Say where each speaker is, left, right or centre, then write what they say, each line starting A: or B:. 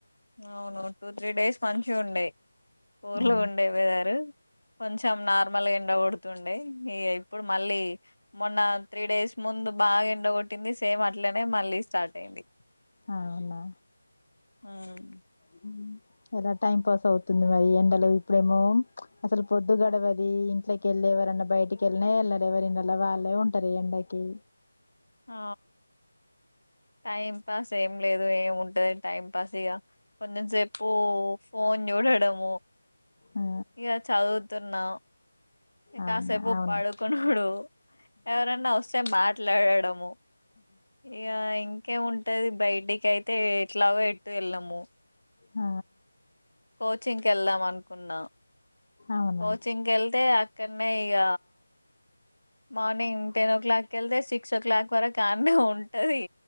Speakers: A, on the left; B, on the left.
A: అవును టూ త్రీ డేస్ మంచిగుండే కూర్లుగుండే
B: ఆ
A: వేదారు కొంచెం నార్మల్ ఎండ కొడుతు తుండే ఇగ ఇప్పుడు మళ్ళీ మొన్న త్రీ డేస్ ముందు బాగా ఎండగొట్టింది సేమ్ అట్ల నే మళ్ళీ స్టార్ట్ అయింది
B: ఆ అవునా
A: ఉమ్.
B: హ్మ్ ఎలా టైం పాస్ అవుతుంది, మరి ఎండలో ఇప్పుడేమో అసలు పొద్దు గడవది ఇంట్లకెళ్ళి ఎవరన్నా బయటికి ఎళ్ళనే ఎళ్ళరు ఎవరిన్లల్ల వాళ్ళే ఉంటారు ఎండకి
A: ఆ టైం పాస్ ఏం లేదు ఏముంటది టైం పాస్ ఇగ కొంచం సేపు ఫోన్ చూడడం
B: ఆ
A: ఇగ చదువుతున్నా
B: అవునా
A: కాసేపు
B: అవును
A: పడుకునుడు ఎవరన్నా వస్తే మాట్లాడడము ఇగ ఇంకేం ముంటూ ఉంటది బయటికి అయితే ఎట్లాగో ఎటు ఎళ్ళము
B: ఆ
A: కోచింగ్ వేళ్దాం అనుకున్నా
B: అవునా
A: కోచింగ్కి వెళ్తే అక్కడనే ఇగ మార్నింగ్ టెన్ ఓ క్లాక్ వెళ్తే సిక్స్ ఓ క్లాక్ వరకు ఆన్నే ఉంటది